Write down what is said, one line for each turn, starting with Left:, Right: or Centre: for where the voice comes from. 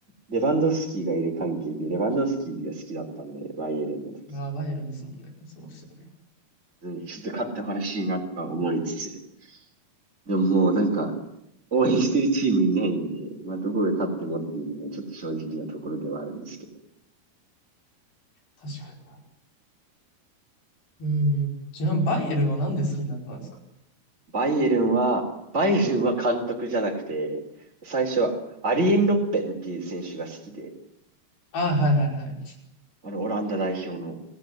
Right: レバンドフスキーがいる関係で、レバンドフスキーが好きだったんで、バイエルンの時。
Left: ああ、バイエルンですもんね。そうですよね。
Right: うんちょっと勝ってほしいなとは思いつつ、でももうなんか、応援してるチームいないんで、まあどこが勝ってもっていうのもちょっと正直なところではあるんですけど。
Left: 確かに。うんうん。ちなみにバイエルンはなんで好きになったんですか
Right: バイエルンは、バイエルンは監督じゃなくて、最初はアリエン・ロッペンっていう選手が好きで、
Left: ああ、はいはいはい。
Right: あの、オランダ代表の。